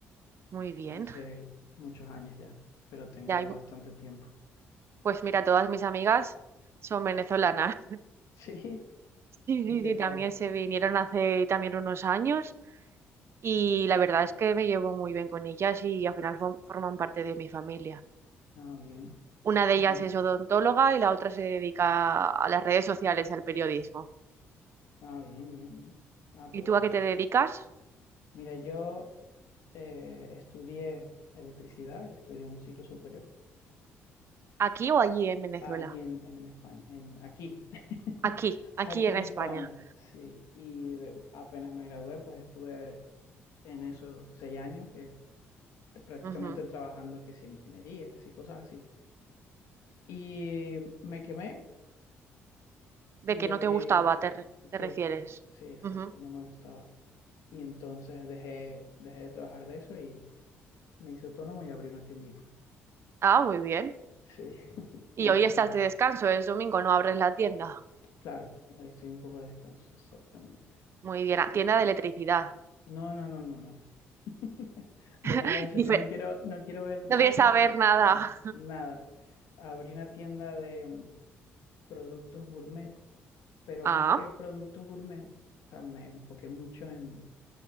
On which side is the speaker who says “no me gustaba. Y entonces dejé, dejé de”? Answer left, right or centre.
Left